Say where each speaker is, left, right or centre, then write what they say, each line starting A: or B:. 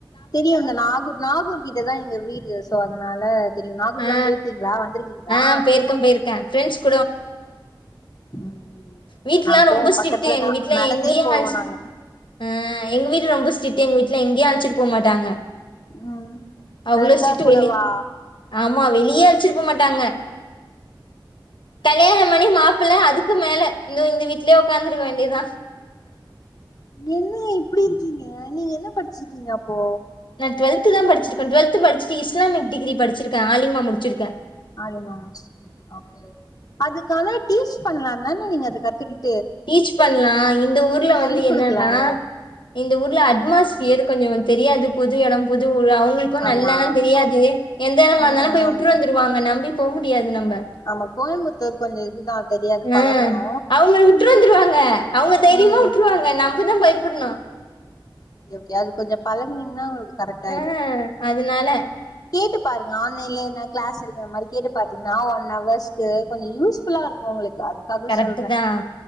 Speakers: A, on the left (about 45°); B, on the left (about 70°).
A: தெரியும் இந்த நாகூர் நாகூர் கிட்டதான் எங்க வீடு சோ அதனால தெரியும் நாகூர் எல்லாம்
B: ஆ
A: போயிருக்கீங்களா வந்திருக்கீங்களா
B: ஆ போயிருக்கே போயிருக்கே ஃப்ரெண்ட்ஸ்
A: ம்
B: வீட்லயெலாம்
A: நாங்க போவோ
B: ரொம்ப ஸ்ட்ரிக்ட்
A: பக்கத்துலதா
B: எங்க வீட்டுல
A: நடந்தே
B: எங்கேயும்
A: போவோ
B: ஆச்சு
A: நாங்க
B: ஆஹ் எங்க வீட்டுல ரொம்ப ஸ்டரிக்ட் எங்க வீட்ல எங்கயும் அழச்சிட்டு போக மாட்டாங்க
A: ம்
B: அவ்வளோ
A: தர்கா
B: ஸ்ட்ரிக்டு
A: கூடவா
B: வெளிய ஆமா வெளியே வெச்சுக்க மாட்டாங்க கல்யாணம் பண்ணி மாப்பிள்ள அதுக்கு மேல இன்னும் இந்த வீட்லயே உக்காந்துருக்க வேண்டியதான்
A: என்ன இப்படி இருக்கீங்க நீங்க என்ன படிச்சிருக்கீங்க அப்போ
B: நா டுவெல்த் தான் படிச்சிருக்கேன் டுவெல்த் படிச்சிட்டு இஸ்லாமிக் டிகிரி படிச்சிருக்கேன் ஆலிமா முடிச்சிருக்கேன்
A: ஆலிமா முடிச்சிருக்கீங்களா ஓகே அதுக்கு ஆனா டீச் பன்லாம் தான அதக் கத்து
B: டீச் பண்ணலாம் இந்த ஊர்ல
A: சொல்லி்
B: வந்து
A: குடுக்கலால
B: என்னன்னா இந்த ஊர்ல அட்மாஸ்பியர் கொஞ்சம் தெரியாது புது இடம் புது ஊர்ல அவுங்களுக்கும்நல்லா
A: ஆமா
B: தெரியாது எந்த இடமா
A: ம்
B: இருந்தாலும் போய்
A: ம்
B: விட்டு வந்துருவாங்க நம்பி போக முடியாது நம்ம
A: ஆமா கோயம்புத்தூர் கொஞ்சோ இதுதா தெரியாது
B: ஹ
A: பழகணு
B: அவங்கள விட்டு வந்துருவாங்க அவங்க தைரியமா
A: ம்
B: விட்டுருவாங்க நம்மதான் பயப்படணும்
A: எப்படியாவது கொஞ்சம் பழகுனீங்கன்னா கரெக்ட் ஆயிடு
B: ஆஹ் அதனால
A: கேட்டு பாருங்க ஆன்லைன்ல என்ன கிளாஸ் இருக்கிற மாதிரி கேட்டு பாத்தீங்கன்னா ஒன் ஹவர்ஸ் கொஞ்சம் யூஸ்ஃபுல்லா இருக்கும் உங்களுக்கு அதுக்காக
B: கரெக்ட்
A: சொல்றே
B: தான்